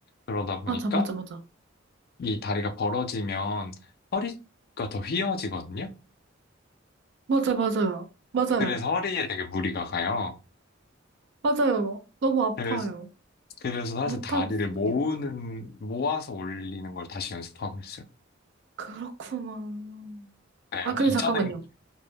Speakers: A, on the left; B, on the right.
A: 그러다 보니까
B: 맞아, 맞아, 맞아.
A: 이 다리가 벌어지면 허리가 더 휘어지거든요.
B: 맞아, 맞아요. 맞아요.
A: 그래서 허리에 되게 무리가 가요.
B: 맞아요. 너무 아파요.
A: 그래서 그래서 사실
B: 못하겠어,
A: 다리를 모으는
B: 그냥.
A: 모아서 올리는 걸 다시 연습하고 있어요.
B: 그렇구나.
A: 네,
B: 아, 근데
A: 근데 이전에
B: 잠깐만요.